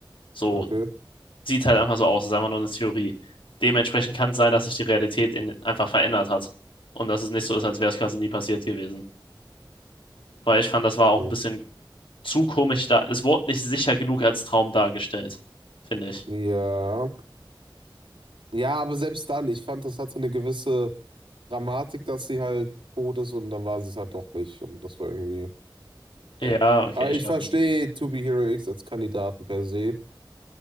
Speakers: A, on the left; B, on the right.
A: So
B: okay.
A: sieht halt einfach so aus, ist einfach nur eine Theorie. Dementsprechend kann es sein, dass sich die Realität in, einfach verändert hat. Und dass es nicht so ist, als wäre es quasi nie passiert gewesen. Weil ich fand, das war auch
B: Hm.
A: ein bisschen zu komisch da. Es wurde nicht sicher genug als Traum dargestellt, finde ich.
B: Ja. Ja, aber selbst dann, ich fand, das hatte eine gewisse Dramatik, dass sie halt tot ist und dann war sie es halt doch nicht. Und das war irgendwie.
A: Ja,
B: Äh.
A: okay,
B: Aber
A: ich
B: ich
A: weiß,
B: verstehe
A: was du meinst.
B: To Be Hero X als Kandidaten per se.